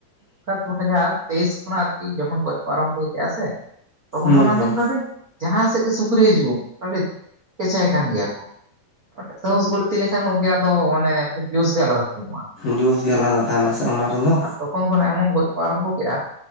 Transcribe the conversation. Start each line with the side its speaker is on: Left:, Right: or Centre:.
Right: ᱚᱠᱟ ᱫᱩ ᱦᱟᱡᱟᱨ ᱛᱮᱭᱤᱥ ᱠᱷᱚᱱᱟᱜ ᱟᱨᱠᱤ ᱡᱚᱠᱷᱚᱱ ᱜᱚᱡ ᱠᱚ ᱟᱨᱟᱢᱵᱷᱚ ᱠᱮᱫᱼᱟ ᱥᱮ ᱛᱚᱠᱷᱚᱱ
Left: ᱦᱳᱭ
Right: ᱠᱷᱚᱱᱟᱜ ᱟᱫᱚ
Left: ᱦᱳᱭ
Right: ᱢᱚᱴᱟ-ᱢᱩᱴᱤ ᱡᱟᱸᱦᱟ ᱥᱮᱫ ᱜᱮ ᱥᱩᱠᱨᱤ ᱦᱤᱡᱩᱜᱼᱟ ᱠᱮᱪᱟᱭ ᱠᱟᱱ ᱜᱮ ᱜᱮᱭᱟᱠᱚ ᱥᱟᱸᱦᱚᱥ ᱵᱟᱹᱲᱛᱤ ᱞᱮᱠᱷᱟᱱ ᱜᱚᱢᱠᱮ ᱟᱫᱚ ᱢᱟᱱᱮ ᱡᱳᱥ ᱜᱮ ᱟᱞᱟᱫᱟ ᱠᱚ ᱮᱢᱟᱜ-ᱟ
Left: ᱡᱳᱥ ᱜᱮ ᱟᱞᱟᱫᱟ ᱛᱟᱦᱮᱱᱟ ᱥᱮ ᱚᱱᱟ ᱨᱮᱫᱚ
Right: ᱟᱨ ᱛᱚᱠᱷᱚᱱ ᱠᱷᱚᱱᱟᱜ ᱮᱢᱚᱱ ᱜᱚᱡ ᱠᱚ ᱟᱨᱟᱢᱵᱷᱚ ᱠᱮᱫᱼᱟ